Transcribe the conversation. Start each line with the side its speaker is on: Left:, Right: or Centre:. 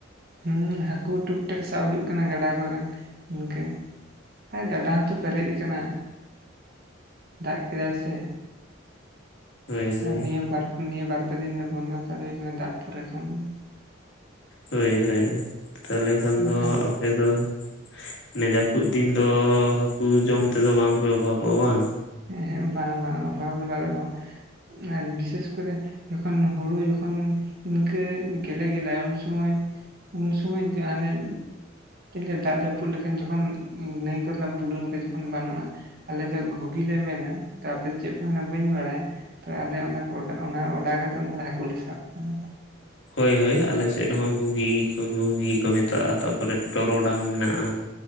Right: ᱦᱮᱸ ᱦᱟᱹᱠᱩ ᱴᱩᱠ ᱴᱟᱠ ᱥᱟᱵ ᱦᱩᱭᱩᱜ ᱠᱟᱱᱟ ᱜᱟᱰᱟ ᱠᱚᱨᱮᱱ᱾ ᱤᱱᱠᱟᱹ ᱟᱨ ᱜᱟᱰᱟ ᱦᱚᱸᱛᱚ ᱯᱮᱨᱮᱡ ᱟᱠᱟᱱᱟ᱾ ᱫᱟᱜ ᱠᱮᱫᱟᱭ ᱥᱮ
Left: ᱦᱳᱭ ᱦᱳᱭ
Right: ᱟᱨ ᱱᱤᱭᱟᱹ ᱵᱟᱨ ᱱᱤᱭᱟᱹ ᱵᱟᱨ ᱯᱮ ᱫᱤᱱ ᱫᱚ ᱵᱚᱱᱫᱚ ᱦᱟᱛᱟᱲ ᱦᱩᱭ ᱟᱠᱟᱱᱟ ᱫᱟᱜ ᱯᱚᱨᱮ ᱠᱷᱚᱱ ᱫᱚ᱾
Left: ᱦᱳᱭ ᱦᱳᱭ ᱛᱟᱦᱚᱞᱮ ᱠᱷᱟᱱ
Right: ᱵᱟᱠᱷᱟᱱ
Left: ᱫᱚ ᱟᱯᱮ ᱫᱚ ᱚᱱᱮ ᱡᱟᱹᱯᱩᱫ ᱫᱤᱱ ᱫᱚ ᱦᱟᱹᱠᱩ ᱡᱚᱢ ᱛᱮᱫᱚ ᱵᱟᱝᱯᱮ ᱚᱵᱷᱟᱵᱚᱜᱼᱟ ᱵᱟᱝ?
Right: ᱦᱮᱸ ᱦᱮᱸ ᱵᱟᱝ ᱵᱟᱝ ᱚᱵᱷᱟᱵᱽ ᱫᱚ ᱵᱟᱞᱮ ᱚᱵᱷᱟᱵᱽ ᱟᱨ ᱵᱤᱥᱮᱥ ᱠᱚᱨᱮ ᱡᱚᱠᱷᱚᱱ ᱦᱩᱲᱩ ᱡᱚᱠᱷᱚᱱ ᱤᱱᱠᱟᱹ ᱜᱮᱞᱮ ᱜᱮᱞᱮᱜ-ᱟ ᱩᱱ ᱥᱩᱢᱚᱭ ᱩᱱ ᱥᱚᱢᱚᱭ ᱡᱟ ᱦᱟᱱᱮ <unintelligible> ᱫᱟᱜ ᱡᱟᱹᱯᱩᱫ ᱞᱮᱠᱷᱟᱱ ᱡᱚᱠᱷᱚᱱ ᱱᱟᱹᱭ ᱠᱚᱨᱮᱱᱟᱜ ᱵᱩᱞᱟᱹᱱ ᱠᱚ ᱡᱚᱠᱷᱚᱱ ᱵᱟᱱᱚᱜᱼᱟ ᱟᱞᱮ ᱫᱚ ᱜᱷᱩ <unintelligible> ᱞᱮ ᱢᱮᱱᱟ ᱟᱯᱮ ᱫᱚ ᱪᱮᱫ ᱯᱮ ᱢᱮᱱᱟ ᱵᱟᱹᱧ ᱵᱟᱲᱟᱭᱟ ᱛᱚ ᱟᱞᱮ ᱚᱱᱟ ᱚᱱᱟ ᱚᱰᱟᱣ ᱠᱟᱛᱮᱫ ᱚᱱᱟ ᱫᱚ ᱦᱟᱹᱠᱩ ᱞᱮ ᱥᱟᱵ ᱠᱚᱣᱟ᱾
Left: ᱦᱳᱭ ᱦᱳᱭ ᱟᱞᱮᱥᱮᱫ ᱦᱚᱸ ᱜᱷᱩᱜᱤ ᱠᱚ ᱜᱷᱩᱜᱤ ᱠᱚ ᱢᱮᱛᱟᱜᱼᱟ ᱛᱟᱯᱚᱨᱮ ᱴᱚᱨᱚᱰᱟᱝ ᱢᱮᱱᱟᱜᱼᱟ